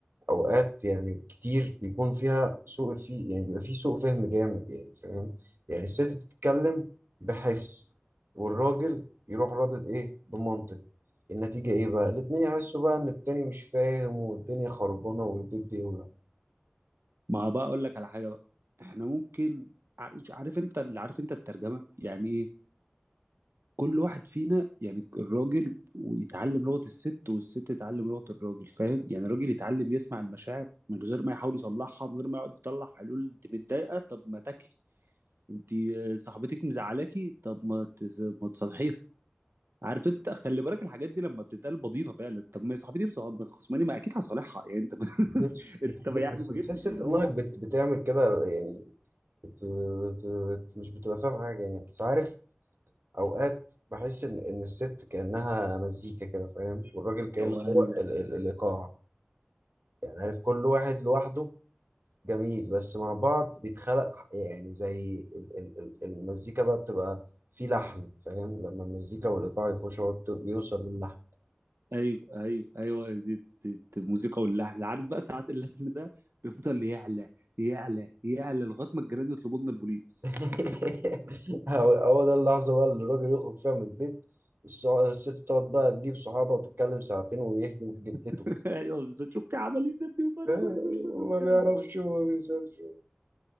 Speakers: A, on the right (about 65°); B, on the right (about 80°).
A: اوقات يعني كتير بيكون فيها سوء في يعني بيبقى فيه سوء فهم جامد يعني فاهم يعني الست بتتكلم بحس والراجل يروح رادد ايه بمنطق النتيجة ايه بقى الاتنين يحسوا بقى ان التاني مش فاهم والدنيا خربانة والبيت بيولع
B: ما هو بقى اقول لك على حاجه بقى احنا ممكن عارف عارف انت اللي عارف انت الترجمه يعني ايه كل واحد فينا يعني الراجل ويتعلم لغه الست والست تتعلم لغه الراجل فاهم يعني الراجل يتعلم يسمع المشاعر من غير ما يحاول يصلحها من غير ما يقعد يطلع حلول انت متضايقه طب ما تاكلي انت آه، صاحبتك مزعلاكي طب ما تس- ما تصلحيها عارف انت خلي بالك الحاجات دي لما بتتقال بضينه فعلا طب ما هي صاحبتي مصاحب- خصماني ما اكيد هصالحها يعني انت <laughs>
A: بتش- بتحل-
B: انت ما يعني
A: بس
B: ما
A: بتحس
B: جبتش اللي
A: انت دماغك
B: هو
A: بت... بتعمل كده يعني بت... بت... بت... مش بتبقى فاهم حاجة يعني بس عارف اوقات بحس ان ان الست كأنها مزيكا كده فاهم والراجل كأنه
B: يا ولا
A: هو ال... ال... الايقاع يعني عارف كل واحد لوحده جميل بس مع بعض بيتخلق يعني زي ال- ال- ال- المزيكا بقى بتبقى في لحن فاهم لما المزيكا والإيقاع يخشوا هو بت- بيوصل للحن
B: ايوه ايوه ايوه دي دي- دي الموسيقى واللحن عارف بقى ساعات اللحن ده بيفضل يعلى يعلى يعلى لغايه ما الجيران يطلبوا لنا البوليس
A: <laughs> هو هو ده اللحظة بقى اللي الراجل يخرج فيها من البيت الس- الست تقعد بقى تجيب صحابها وتتكلم ساعتين ويهدم في جتته
B: <laughs> ايوه بالظبط شفت عمل ايه سابني وخرجوني
A: <laughs>
B: من البيت والكلام
A: ما بيعرفش
B: ده
A: وما بيسافرش